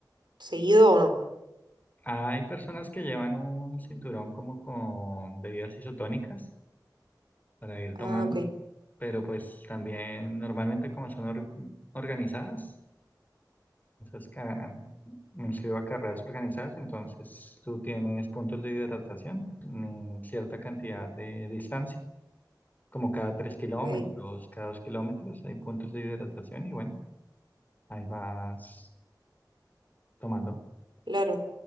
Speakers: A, on the right; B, on the left.
A: seguido o no?
B: Hay personas que llevan un cinturón como con bebidas isotónicas para ir
A: Ah,
B: tomando,
A: ok,
B: pero pues también normalmente como son or- organizadas, esas ca- me inscribo a carreras organizadas, entonces tú tienes puntos de hidratación en cierta cantidad de distancia, como cada tres kilómetros,
A: ok,
B: cada dos kilómetros hay puntos de hidratación y bueno, ahí vas tomando,
A: claro.